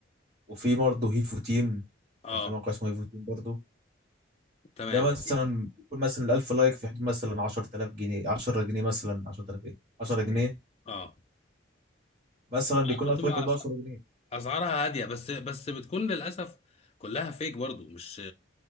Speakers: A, on the right (about 35°); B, on the left (about 30°).
A: وفي برضه هيفو تيم
B: اه
A: كان في موقع اسمه هيفو تيم برضه
B: تمام
A: ده مثلا يكون مثلا الألف لايك في حدود مثلا 10000 جنيه 10 جنيه مثلا 10000 ايه 10
B: صحيح.
A: جنيه
B: اه
A: مثلا بيكون
B: بتبقى
A: 1000 لايك في حدود 10 جنيه
B: اسعارها هاديه بس بس بتكون للاسف كلها فيك برضو مش